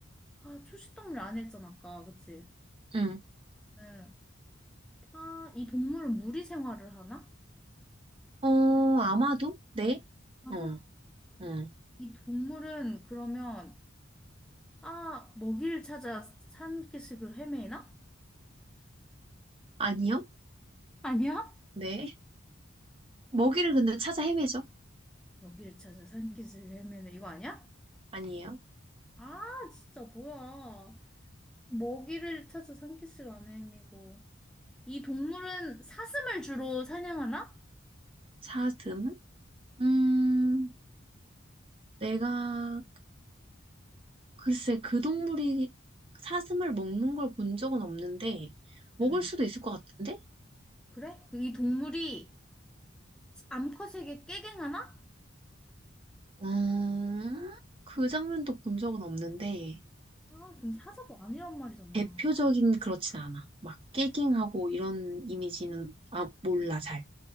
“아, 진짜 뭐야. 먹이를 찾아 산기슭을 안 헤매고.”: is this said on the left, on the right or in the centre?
Centre